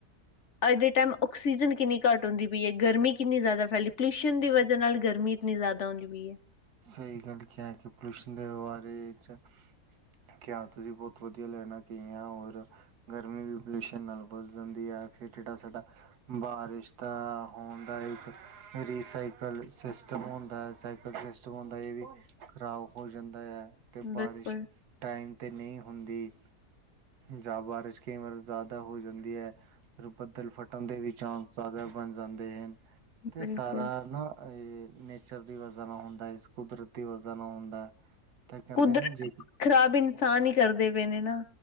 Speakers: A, on the left; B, on the right.
A: ਅੱਜ ਦੇ ਟਾਈਮ ਆਕਸੀਜਨ ਕਿੰਨੀ ਘੱਟ ਹੁੰਦੀ ਪਈ ਹੈ ਗਰਮੀ ਕਿੰਨੀ ਜ਼ਿਆਦਾ ਫੈਲੀ ਪੋਲਿਊਸ਼ਨ ਦੀ ਵਜ੍ਹਾ ਨਾਲ ਗਰਮੀ ਮਿਲਦਾ ਤਾਂ ਹੁਣ ਵੀ ਹੈ
B: ਸਹੀ ਗੱਲ ਕਿਹਾ ਕਿ ਪੋਲਿਊਸ਼ਨ ਦੇ ਬਾਰੇ ਚ ਕਿਆ ਤੁਸੀਂ ਬਹੁਤ ਵਧੀਆ ਲੈਣਾ ਕਹਿਆ ਔਰ ਗਰਮੀ ਵੀ ਪੋਲਿਊਸ਼ਨ ਨਾਲ ਬੱਧ ਜਾਂਦੀ ਹੈ ਫਿਰ ਜਿਹੜਾ ਸਾਡਾ ਬਾਰਿਸ਼ ਦਾ ਹੋਣ ਦਾ ਇੱਕ ਰੀਸਾਈਕਲ ਸਿਸਟਮ ਹੁੰਦਾ ਸਾਈਕਲ ਸਿਸਟਮ ਹਣ ਇਹ ਵੀ ਖ਼ਰਾਬ ਹੋ ਜਾਂਦਾ ਹੈ ਤੇ
A: ਬਿਲਕੁਲ
B: ਬਾਰਿਸ਼ ਟਾਈਮ ਤੇ ਨਹੀਂ ਹੁੰਦੀ ਜਾਂ ਬਾਰਿਸ਼ ਕਈ ਵਾਰ ਜ਼ਿਆਦਾ ਹੋ ਜਾਂਦੀ ਹੈ ਫਿਰ ਬੱਦਲ ਫਟਣ ਦੇ ਵੀ ਚਾਂਸ ਜ਼ਿਆਦਾ ਬਣ ਜਾਂਦੇ ਹਨ ਤੇ
A: ਬਿਲਕੁਲ
B: ਸਾਰਾ ਨਾ ਇਹ ਨੇਚਰ ਦੀ ਵਜਾ ਨਾ ਹੁੰਦਾ ਇਸ ਕੁਦਰਤੀ ਵਜ੍ਹਾ ਨਾਲ ਹੁੰਦਾ ਤਾਂ ਕਹਿੰਦੇ
A: ਕੁਦਰਤ
B: ਨਾ ਜੇ
A: ਖ਼ਰਾਬ ਇਨਸਾਨ ਹੀ ਕਰਦੇ ਪਏ ਨੇ ਨਾ